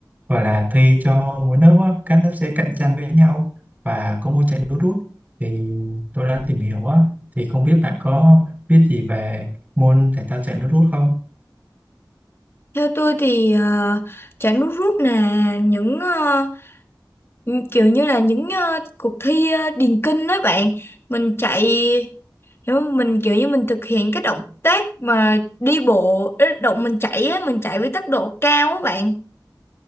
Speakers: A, on the right (about 20°); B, on the left (about 30°).
A: và là thi cho mỗi lớp á, các lớp sẽ cạnh tranh với nhau và có môn chạy nước rút thì tôi đang tìm hiểu á, thì không biết bạn có biết gì về môn thể thao chạy nước rút không?
B: Theo tôi thì ờ, chả nước rút là những ờ, những- kiểu như là những ờ, cuộc thi ờ, điền kinh đó bạn. Mình chạy hiểu không? Mình kiểu như mình thực hiện cái động tác mà đi bộ, ý, động mình chạy á, mình chạy với tốc độ cao á bạn.